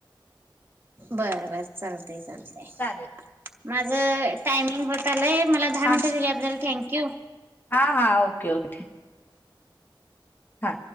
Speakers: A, on the right (about 25°); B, on the left (about 25°).
A: बर बर चालतय चालतय
B: चालेल
A: माझ टायमिंग होत आलंय मला दहा
B: हा
A: मिनटं दिल्या दिल्याबद्दल थँक्यू
B: हा हा ओके ओके हा